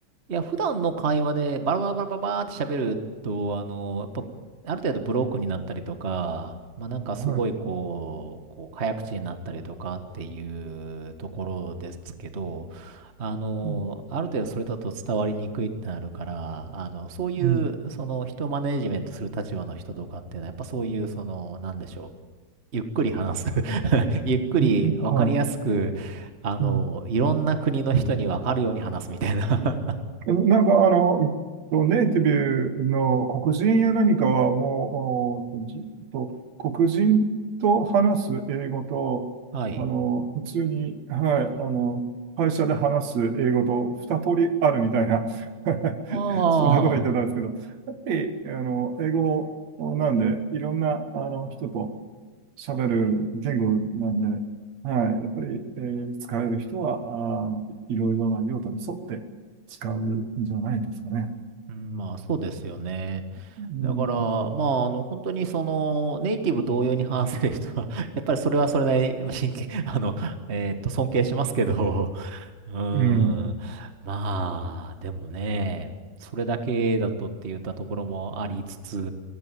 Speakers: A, on the right (about 35°); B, on the right (about 65°).
A: いや、普段の会話でバラバラバラバラバーって喋ると、あの、やっぱ、ある程度ブロックになったりとか、まあなんかすごいこう、
B: はい。
A: こう、早口になったりとかっていうところですけど、あの、
B: うん、
A: ある程度それだと伝わりにくいってなるから、あの、そういう、
B: うん、
A: その、人をマネージメントする立場の人とかっていうのは、やっぱそういう、その、なんでしょう。ゆっくり話す。<laughs> ゆっくり、
B: うんはい。
A: わかりやすく、あの、
B: うん
A: いろんな国の人にわかるように話すみたいな。
B: なんか、あの、えっとネイティブの黒人や何かは、もう、おじと、黒人と話す英語と、
A: <laughs> はい。
B: あの、普通に、はい、あの、会社で話す英語と二通りあるみたいな、<laughs>
A: ああ、
B: そんなこと言ってたんですけど、やっぱり、あの、英語なんで、いろんな、あの、人と、喋る言語なんで、はい、やっぱり、えー使える人は、あー、いろいろな用途に沿って使うんじゃないですかね。
A: うんまあそうですよね。
B: うん、
A: だから、まああの本当にそのネイティブ同様に話せる人は、<laughs> やっぱりそれはそれなりに、やっぱ真剣、<laughs> あの、えーっと、尊敬しますけど、<laughs> うーん、
B: うん。
A: まあ、でもね、それだけだとって言ったところもありつつ、う